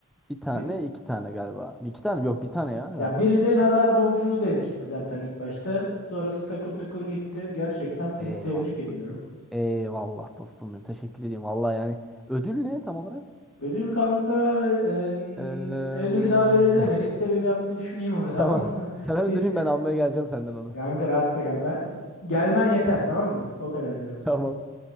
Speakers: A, in the centre; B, on the left (about 85°).
A: Bir tane
B: Bir,
A: iki tane galiba. İki tane mi? yok bir tane ya galiba.
B: ya biri de nazar boncuğu demiştik zaten ilk başta. Sonrası takır tukur gitti. Gerçekten seni
A: Eyvallah.
B: tebrik ediyorum.
A: Eyvallah dostum benim. Teşekkür ediyorum. Vallahi yani ödül ne tam olarak?
B: Ödül kanka em,
A: Eee,
B: ödülü daha belirlemedik
A: <laughs>
B: de bir ben bir düşüneyim onu tamam
A: tamam.
B: mı? <laughs>
A: Sen onu
B: Bir
A: düşün ben almaya geleceğim senden onu.
B: kanka rahatta kal. Ben, gelmen yeter tamam mı? O kadar diyorum.
A: Tamam.